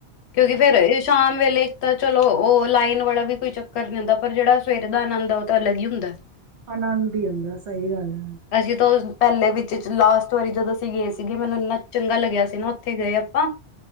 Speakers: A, on the left; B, on the right.
A: ਕਿਉਂਕਿ ਫੇਰ ਇਹ ਸ਼ਾਮ ਵੇਲੇ ਤਾਂ ਚਲੋ ਉਹ ਲਾਈਨ ਵਾਲਾ ਵੀ ਕੋਈ ਚੱਕਰ ਨੀ ਹੁੰਦਾ ਪਰ ਜਿਹੜਾ ਸਵੇਰੇ ਦਾ ਆਨੰਦ ਹੈ ਉਹ ਤਾਂ ਅਲੱਗ ਹੀ ਹੁੰਦਾ
B: ਆਨੰਦ ਹੀ ਆਉਂਦਾ ਸਹੀ ਗੱਲ ਹੈ
A: ਅਸੀਂ ਤਾਂ ਪਹਿਲੇ ਵਿੱਚ ਲਾਸਟ ਵਾਰੀ ਜਦੋਂ ਅਸੀਂ ਗਏ ਸੀਗੇ ਮੈਨੂੰ ਇੰਨਾ ਚੰਗਾ ਲੱਗਿਆ ਸੀ ਨਾ ਉੱਥੇ ਗਏ ਆਪਾਂ